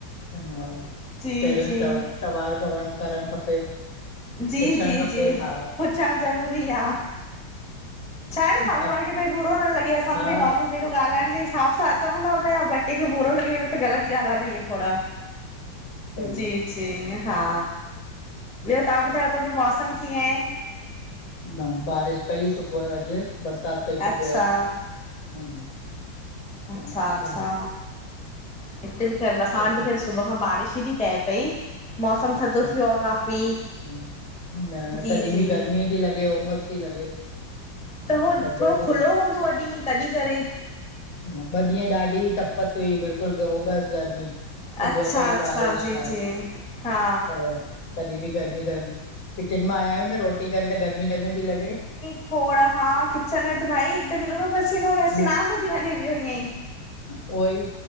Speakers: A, on the left; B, in the centre.
A: हा
B: जी
A: पहिरियों
B: जी।
A: सवा सवाल कण करण खपे
B: जी
A: पुछणु
B: जी
A: खपे
B: जी,
A: हा
B: पुछण ज़रूरी आ। छा आहे न साम्हूं
A: हा
B: वारे भई बूरो न लॻे असां
A: हा
B: त भई नॉर्मल पेंजो ॻाल्हाइण जे हिसाब सां अचऊं था पिया बट कैंखे बुरो लॻी वेंदो प ग़लत गाल आ न इए थोड़ा,
A: सही
B: जी
A: आहे
B: जी हा। ॿियो तव्हां ॿुधायो हुतेजो मौसम कीअं आए?
A: मां बारिश पई सुबुह जो अॼु बरसात पई सुबुह
B: अच्छा
A: जो।
B: अच्छा-अच्छा,
A: हा, बार
B: हिते बि ख़ैर असां
A: अच्छा
B: वटि बि ख़ैर सुबुह खां बारिश ई थी पए पई मौसम
A: अच्छा
B: थधो थियो आ काफ़ी।
A: न
B: जी
A: तॾहिं
B: जी
A: बि गर्मी थी लॻे उमस थी लॻे।
B: त हो
A: थधि
B: थोरो
A: थी
B: खुलो
A: लॻे
B: हूंदो आ ॾींहं तॾीं करे।
A: ॿ ॾींहं ॾाढी तपत हुई बिल्कुल ग उमस गर्मी। सुबुह
B: अच्छा
A: पई
B: अच्छा
A: बारिश
B: जी
A: हा।
B: जी हा
A: पर तॾीं बि गर्मी गर्मी, किचन मां आया आयूं न रोटी करे त गर्मी गर्मी थी लॻे।
B: खड़ा हा किचन में त भाई हिकदम गीलोंदो पसीनो हुस
A: हा,
B: सनान थो थी वञेअ ई
A: उहो ई